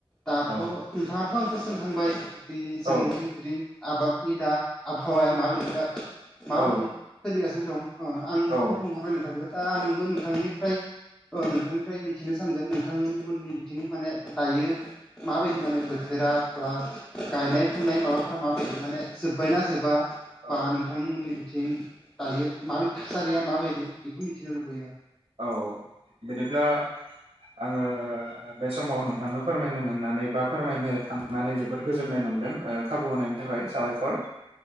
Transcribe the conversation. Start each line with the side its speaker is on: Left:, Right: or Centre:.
Centre: दाथ'
Right: औ
Centre: नोंथाङाथ' आंखौ जोंखांबाय दि
Right: औ
Centre: जोंनिथिं बिदि आबादनि दा आबहावाया माबायदि बा
Right: औ
Centre: माबायदि सोलिगासिनो दं अ आंथ'
Right: औ
Centre: बुंहरबाय‌ नोंथांखौ दा आंबो नोंथांनिफ्राय अ नोंथांनिफ्राय मिथिनो सानगोन नोंथांमोननि बिथिं माने दायो माबायदि माने बोथोरा बा गायनाय फुनाय माबाफोरा माबायदि माने जोब्बायना जोबा
Right: औ
Centre: बा नोंथांमोननि बिथिं दायो माबायदि थासारिया माबायदि बेखौ मिथिनो लुबैयो आं
Right: औ बिदिब्ला आङो बे समाव नोंथांनो फोरमायनो मोननानै बा फोरमायनो थां नानै जोबोद गोजोन्नाय मोनदों खाबु होनायनि थाखाय साबायखर